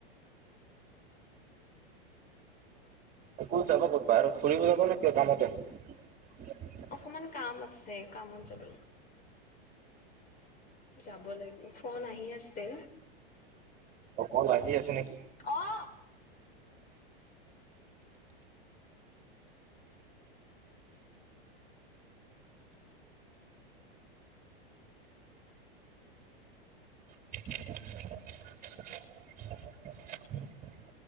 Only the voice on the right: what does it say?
ক'ত যাব ক'ত বাহিৰত ফুৰিব যাবা নে কিবা কামতে
উমৰ আহি আছে নেকি
<unintelligible> <inaudible>